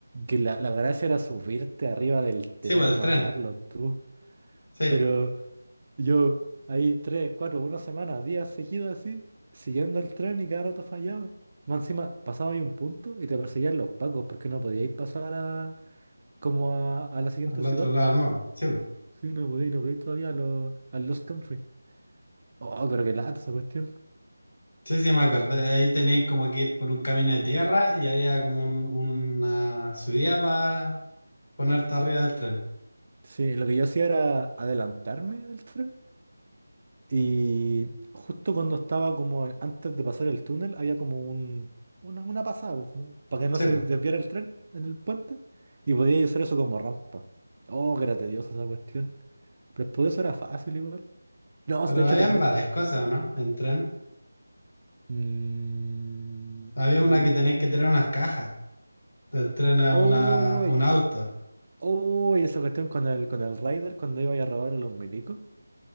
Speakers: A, on the right; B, on the left.
A: Que la, la gracia era subirte arriba del tren
B: Sí, pues
A: y
B: el
A: matarlos
B: tren.
A: tú.
B: Sí,
A: Pero Yo ahí tres, cuatro, una semana, días seguidos así, siguiendo el tren y cada rato fallaba. Más encima pasaba ahí un punto y te perseguían los pacos porque no podíais pasar a, como a, a la siguiente
B: al
A: ciudad,
B: otro lado
A: pues.
B: del mapa. Sí, pues.
A: Sí, no podíais, no podíais todavía a los, a Lost Country. Oh, pero qué lata esa cuestión.
B: Sí, sí, me acordé. Ahí tenéis como que ir por un camino de tierra y había como un- una subida para ponerte arriba del tren.
A: Sí, lo que yo hacía era adelantarme al tren Y justo cuando estaba como antes de pasar el túnel, había como un, una, una pasada, pues, como para que no
B: Sí,
A: se
B: pues.
A: desviara el tren en el puente. Y podía usar eso como rampa. Oh, que era tediosa esa cuestión. Pero después de eso era fácil igual. No,
B: Pero
A: de hecho
B: habían
A: también.
B: varias cosas, ¿o no? En tren.
A: mm,
B: Había una que tenéis
A: no.
B: que traer unas cajas, te traen a
A: Uy,
B: una, a un auto,
A: uy, esa cuestión con el, con el Rider cuando iba a robar a los milicos.